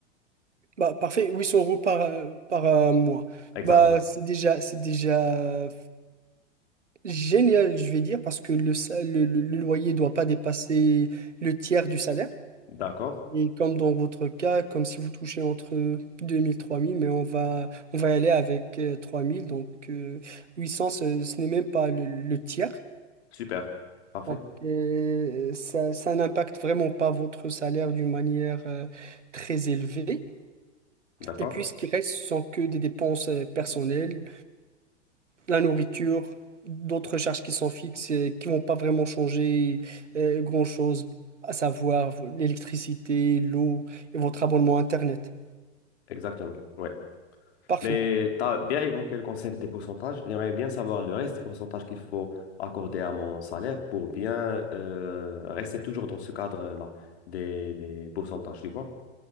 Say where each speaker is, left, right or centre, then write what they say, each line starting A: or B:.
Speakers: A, on the right; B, on the left.
A: Bah, parfait, 800 euros par, euh, par euh, mois.
B: Exactement.
A: Bah, c'est déjà, c'est déjà Génial, je vais dire, parce que le, sa- le, le- le loyer ne doit pas dépasser le tiers du salaire.
B: D'accord.
A: Et comme dans votre cas, comme si vous touchez entre 2000 3000, mais on va, on va y aller avec 3000. Donc euh, 800, ce, ce n'est même pas le, le tiers.
B: Super. Parfait.
A: Donc euh, ça, ça n'impacte vraiment pas votre salaire d'une manière euh, très élevée.
B: D'accord.
A: Et puis ce qui reste, ce sont que des dépenses euh, personnelles, la nourriture, d'autres charges qui sont fixes et qui vont pas vraiment changer euh, grand-chose, à savoir vo- l'électricité, l'eau et votre abonnement Internet.
B: Exactement. Ouais.
A: Parfait.
B: Mais tu as bien évoqué le concept des pourcentages. J'aimerais bien savoir le reste des pourcentages qu'il faut accorder à mon salaire pour bien euh, rester toujours dans ce cadre-là des, des pourcentages, tu vois.